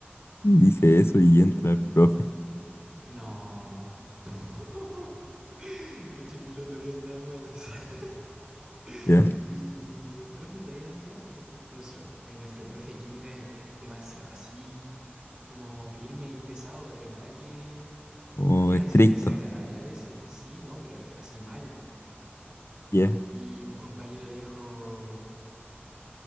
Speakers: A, on the left; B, on the right.
A: Y dice eso y entra el profe,
B: No. <laughs> Caché que el otro día estábamos en la sala <laughs>
A: ¿ya?
B: y el profe todavía no llegaba, po. Nosotros, uy, nuestro profe de química es, es demasiado así como firme y pesado, de verdad que
A: Como
B: Llega
A: estricto,
B: a ser desagradable a veces, sí, no, pero eh, así mal.
A: ¿ya?
B: Y un compañero dijo,